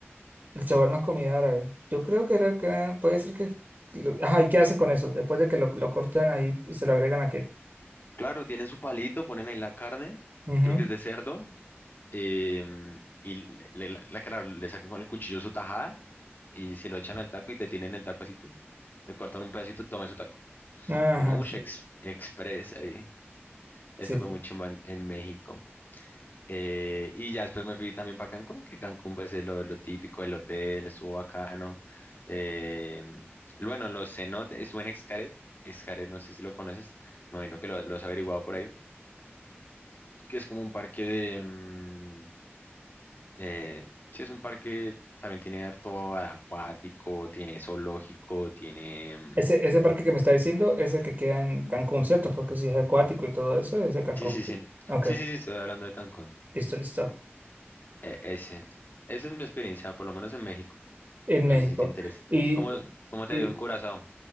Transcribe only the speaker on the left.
Claro, tienen su palito, ponen ahí la carne,
creo que es de cerdo, em, y le, le- la- claro, le sacan con el cuchillo su tajada y se lo echan al taco y te tienen el taco así tú. Le cortan un pedacito y tomas su taco.
Y uno, uff,
express ahí. Eso
fue muy chimba en, en México. Eh, y ya después me fui también para Cancún, que Cancún pues es lo, lo típico, el hotel estuvo bacano. Em, bueno, los cenotes, estuve en Xcaret, Xcaret no sé si lo conoces, me imagino que lo, lo has averiguado por ahí. que es como un parque de... mm, eh, sí, es un parque, también tiene harto acuático, tiene zoológico, tiene... mm,
Sí, sí, sí.
Sí,
sí, sí, estoy hablando de Cancún.
E- ese. Esa es mi experiencia, por lo menos en México.
No
sé si te interesa.
¿Cómo, cómo te
ha ido en Curazao?